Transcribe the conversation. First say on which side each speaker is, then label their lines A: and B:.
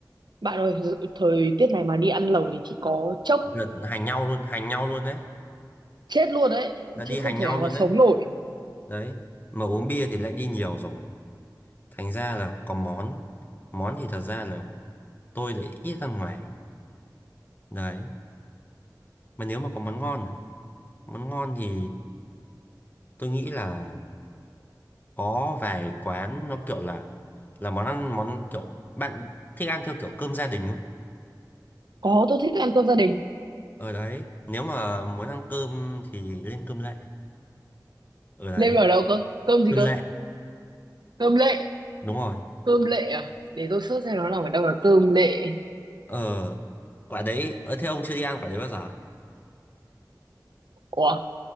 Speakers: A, on the right; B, on the left.
A: bạn ơi thời tiết này mà đi ăn lẩu thì chỉ có chốc
B: Là hành nhau luôn hành nhau luôn đấy
A: chết luôn đấy
B: là đi
A: chứ không
B: hành
A: thể
B: nhau
A: nào
B: luôn
A: mà sống
B: đấy
A: nổi
B: đấy mà uống bia thì lại đi nhiều rồi thành ra là có món món thì thật ra là tôi lại ít ăn ngoài đấy mà nếu mà có món ngon à món ngon thì tôi nghĩ là có vài quán nó kiểu là là món ăn món kiểu bạn thích ăn theo kiểu cơm gia đình không
A: có tôi thích ăn cơm gia đình
B: ở đấy nếu mà muốn ăn cơm thì lên cơm lệ ở đấy
A: lê ở đâu cơ cơm gì
B: cơm
A: cơ
B: lệ
A: cơm lệ
B: đúng rồi
A: cơm lệ à để tôi search xem nó nằm ở đâu là cơm lệ
B: ờ quả đấy ở thế ông chưa đi ăn quả đấy bao giờ
A: ủa